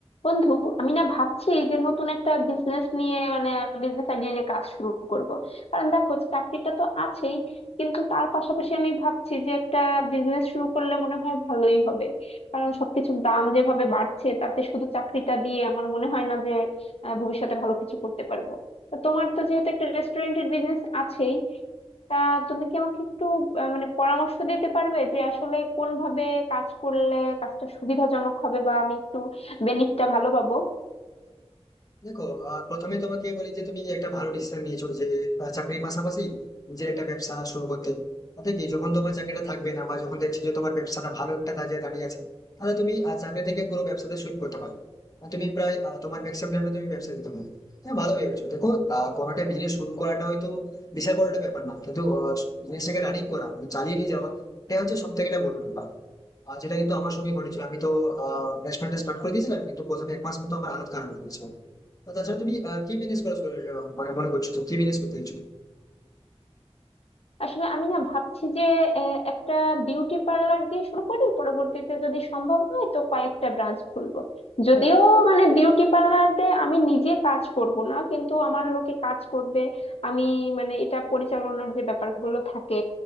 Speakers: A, on the left; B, on the left.
A: বন্ধু আমি না ভাবছি যে নতুন একটা বিজনেস নিয়ে মানে বিজনেস আইডিয়া নিয়ে কাজ শুরু করব কারণ দেখো চাকরিটা তো আছেই কিন্তু তার পাশাপাশি আমি ভাবছি যে একটা বিজনেস শুরু করলে মনে হয় ভালোই হবে কারণ সবকিছুর দাম যেভাবে বাড়ছে তাতে শুধু চাকরিটা দিয়ে আমার মনে হয় না যে আহ, ভবিষ্যতে ভালো কিছু করতে পারবো তা তোমার তো যেহেতু একটা রেস্টুরেন্টের বিজনেস আছেই তা তুমি কি আমাকে একটু আহ, মানে পরামর্শ দিতে পারবে যে আসলে কোন ভাবে কাজ করলে কাজটা সুবিধাজনক হবে বা আমি একটু বেনিফিটটা ভালো পাবো
B: দেখো আহ, প্রথমে তোমাকে বলি যে তুমি একটা ভালো ডিসিশন নিয়েছো যে আহ, চাকরির পাশাপাশি নিজের একটা ব্যবসা শুরু করতে তাতে কি যখন তোমার চাকরিটা থাকবে না বা যখন দেখছো যে তোমার ব্যবসাটা ভালো একটা দাঁড়িয়ে দাঁড়িয়ে আছে তাহলে তুমি আহ, চাকরি থেকে পুরো ব্যবসাতে সুইচ করতে পারো আর তুমি প্রায় আহ, তোমার ম্যাক্সিমাম টাইমে তুমি ব্যবসা দিতে পারো হ্যাঁ ভালো ভেবেছো দেখো আহ, কোনো একটা বিজনেস শুরু করাটা হয়তো বিশাল বড় একটা ব্যাপার না কিন্তু বিজনেসটাকে রানিং করা মানে চালিয়ে নিয়ে যাওয়া এটা হচ্ছে সব থেকে একটা বড় ব্যাপার আর যেটা কিন্তু আমার সঙ্গে ঘটেছিল আমি তো রেস্টুরেন্টটা স্টার্ট করে দিয়েছিলাম কিন্তু প্রথমে এক মাস মতো আমার হালত খারাপ হয়েছিল তো তাছাড়া তুমি আহ, কি বিজনেস করা শুরু আহ, মানে মনে করছো তুমি কি বিজনেস করতে চাইছো
A: আসলে আমি না ভাবছি যে আহ, একটা বিউটি পার্লার দিয়ে শুরু করি পরবর্তীতে যদি সম্ভব হয় তো কয়েকটা ব্রাঞ্চ খুলবো যদিও মানে বিউটি পার্লারে আমি নিজে কাজ করব না কিন্তু আমার লোকে কাজ করবে আমি মানে এটা পরিচালনার যে ব্যাপারগুলো থাকে